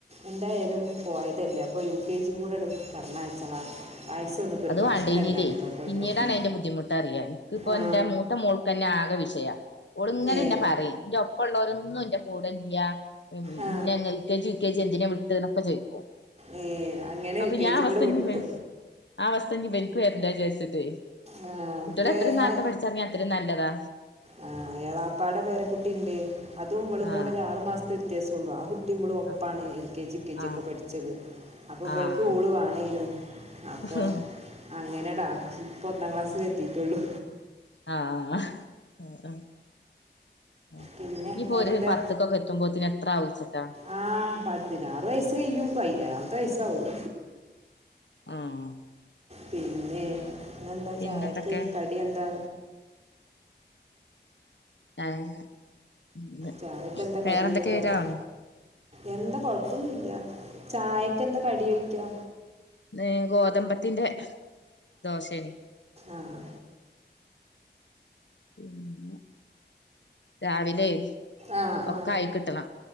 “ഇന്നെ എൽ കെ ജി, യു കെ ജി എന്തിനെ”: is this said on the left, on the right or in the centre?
Left